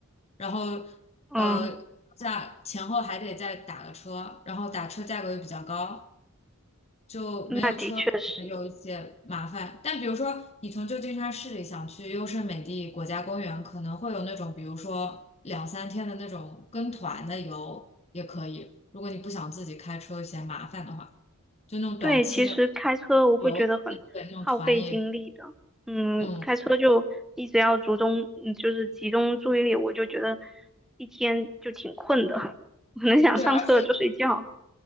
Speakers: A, on the left; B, in the centre.
A: 然后呃价前后还得再打个车，
B: 嗯，
A: 然后打车价格又比较高，就没有车可能有一些麻烦。
B: 那的确是，
A: 但比如说你从旧金山市里想去优胜美地国家公园，可能会有那种比如说两三天的那种跟团的游也可以，如果你不想自己开车嫌麻烦的话，就那种短期的
B: 对，其实开车我会觉得很耗费精力的，
A: 游，对那种团也
B: 嗯，
A: 嗯
B: 开车就一直要集中，嗯，就是集中注意力，我就觉得一天就挺困的，<laughs> 我能想上车了就睡觉。
A: 对，而且。